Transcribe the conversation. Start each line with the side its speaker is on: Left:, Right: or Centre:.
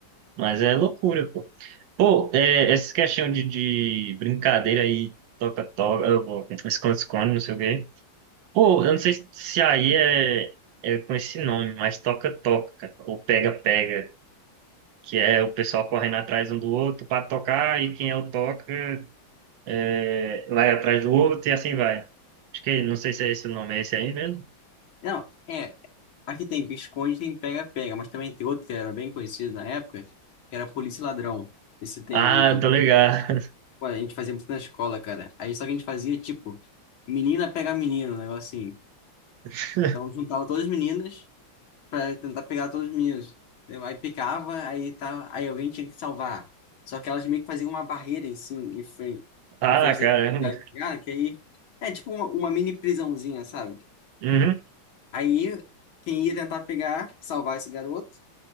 Right: Mas é loucura, pô. Pô, é, essa questão de, de brincadeira aí, toca-toca, eu vou- esconde-esconde, não sei o quê. Pô, eu não sei se aí é, é com esse nome, mas toca-toca, cara, ou pega-pega, que é o pessoal correndo atrás um do outro pra tocar e quem é o toca é, vai atrás do outro e assim vai. Acho que, não sei se é esse o nome, é esse aí mesmo?
Left: Não, é. Aqui tem pique-esconde, tem pega-pega, mas também tem outro que era bem conhecido na época, que era polícia e ladrão. Esse tem
Right: Ah,
Left: aí também.
Right: tô ligado.
Left: Pô, a gente fazia muito na escola, cara. Aí só que a gente fazia, tipo, menina pega menino, um negócio assim.
Right: <laughs>
Left: Então juntava todas as meninas pra tentar pegar todos os meninos. entendeu? Aí picava, aí, tá, aí alguém tinha que salvar. Só que elas meio que faziam uma barreira em cima, em frente,
Right: Ah,
Left: em frente daquele
Right: caramba.
Left: cara que pegava, que aí é tipo uma, uma mini prisãozinha, sabe?
Right: Uhum,
Left: Aí quem ia tentar pegar, salvar esse garoto,